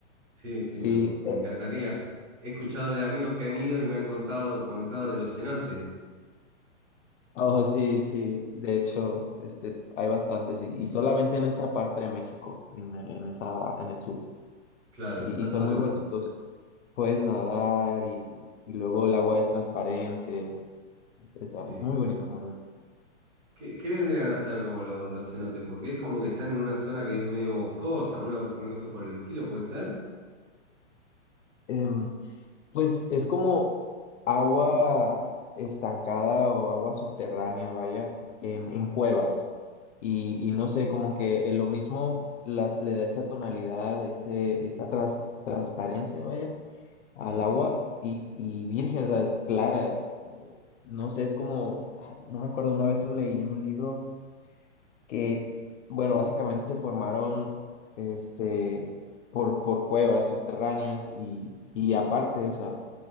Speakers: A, on the right (about 20°); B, on the left (about 75°).
A: Sí, sí,
B: Sí,
A: me, me
B: eh,
A: encantaría. He escuchado de amigos que han ido y me han contado, comentado de los cenotes.
B: oh, sí, sí. De hecho, este, hay bastantes y, y solamente en esa parte de México, en, en esa, en el sur.
A: Claro,
B: Y,
A: está
B: y son
A: todo
B: muy
A: en eso.
B: bonitos. Puedes nadar y, y luego el agua es transparente. Es, es,
A: Sí.
B: ah, muy bonito, muy bonito.
A: ¿Qué, qué vendrían a hacer como lo- los cenotes? Porque es como que están en una zona que es medio boscosa, una, una cosa por el estilo, ¿puede ser?
B: Em, Pues es como agua estancada o agua subterránea, vaya, en, en cuevas. Y, y no sé, como que en lo mismo las- le da esa tonalidad, ese, esa trans- transparencia, vaya, al
A: Mm,
B: agua y, y virgen, o sea, es clara. Eh, No sé, es como, ah, no me acuerdo, una vez lo leí en un libro que, bueno, básicamente se formaron, este, por, por cuevas subterráneas y, y aparte, o sea